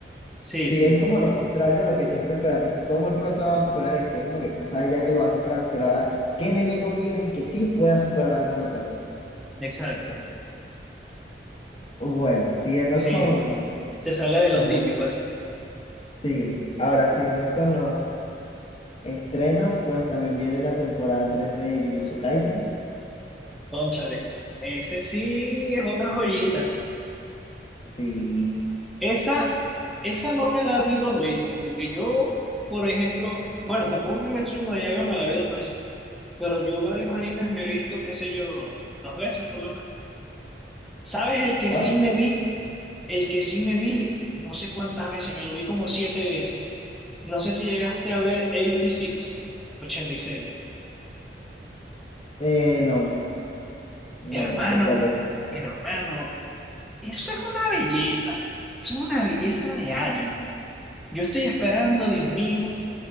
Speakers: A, in the centre; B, on the left (about 30°).
A: sí,
B: Sí,
A: sí,
B: es como lo contrario a lo que siempre esperas. Dices, ¿cómo el prota va a superar a este? Es como que tú sabes ya que lo va a superar, pero ahora, ¿qué enemigo viene que sí pueda superar al prota?
A: exacto.
B: Bueno, siguiendo
A: Sí,
B: con,
A: se sale de lo
B: Con
A: típico,
B: los,
A: así,
B: sí, ahora siguiendo con los estrenos, pues también viene la temporada 3 de Jujutsu Kaisen.
A: cónchale. Ese sí es otra joyita.
B: Sí,
A: Esa, esa no me la vi dos veces, porque yo, por ejemplo, bueno, tampoco que me no Yaiba me la vi dos veces. Pero yo varios animes me he visto, qué sé yo, dos veces por lo menos. ¿Sabes el que
B: ¿cuál?
A: sí me vi? El que sí me vi, no sé cuántas veces, me lo vi como siete veces. No sé si llegaste a ver ochenta y seis ochenta y seis.
B: Eh, no, no,
A: Hermano,
B: no sé cuál es.
A: hermano, eso es una belleza. Eso es una belleza de anime. Yo estoy esperando, Dios mío,